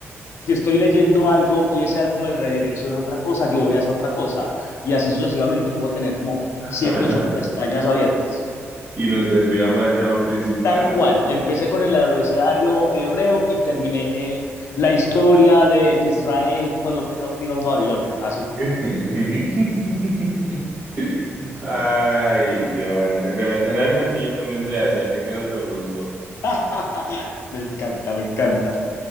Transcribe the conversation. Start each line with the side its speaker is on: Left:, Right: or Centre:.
Left: si estoy leyendo algo y ese algo me redirecciona a otra cosa, yo voy a esa otra cosa. Y así sucesivamente puedo tener como
Right: <laughs>
Left: siete, ocho pestañas abiertas.
Right: Y nos desviamos del tema principal.
Left: tal cual. Empecé con el abecedario hebreo y terminé eh, la historia de Israel cuando fue cautiva en Babilonia. Así.
Right: <laughs> Ay, Johan, re- realmente yo también soy así, así que no te juzgo,
Left: <laughs> me encanta, me encanta.